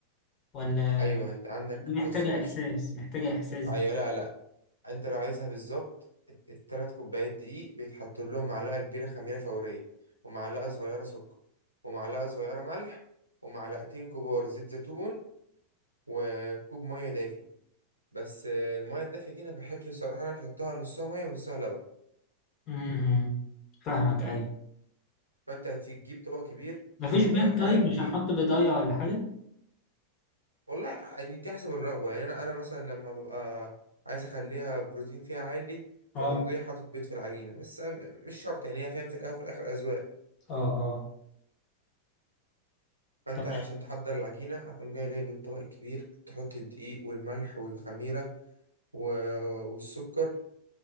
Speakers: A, on the left (about 35°); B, on the right (about 85°).
A: ولا
B: أيوة أنت عندك
A: دي محتاجة
B: بص يا باشا
A: إحساس محتاجة إحساس
B: أيوة
A: دي
B: لا لا أنت لو عايزها بالظبط الت- التلات كوبايات دقيق بيتحط لهم معلقة كبيرة خميرة فورية ومعلقة صغيرة سكر ومعلقة صغيرة ملح ومعلقتين كبار زيت زيتون وكوب مية دافي بس آه، المية الدافية دي أنا بحب الصراحة أنا أحطها نصها مية ونصها لبن
A: امم فاهمك ايوه
B: فأنت هتجيب طبق كبير
A: مفيش
B: تحط
A: بيض
B: اول حاجه
A: طيب
B: الدقيق
A: مش هنحط بيضايه ولا حاجه
B: والله يعني دي حسب الرغبة يعني أنا أنا مثلا لما ببقى عايز أخليها بروتين فيها عالي
A: اه
B: فبقوم جاي حاطط بيض في العجينة بس م- مش شرط يعني هي فاهم في الأول وفي الآخر أذواق
A: اه اه
B: فأنت
A: تمام
B: عشان تحضر العجينة هتقوم جاي جايب الطبق الكبير تحط الدقيق والملح والخميرة و- والسكر